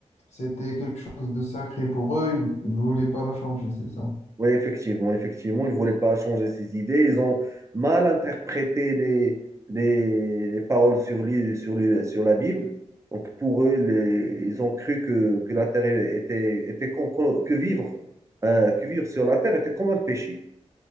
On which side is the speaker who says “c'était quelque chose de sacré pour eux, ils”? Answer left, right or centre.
Left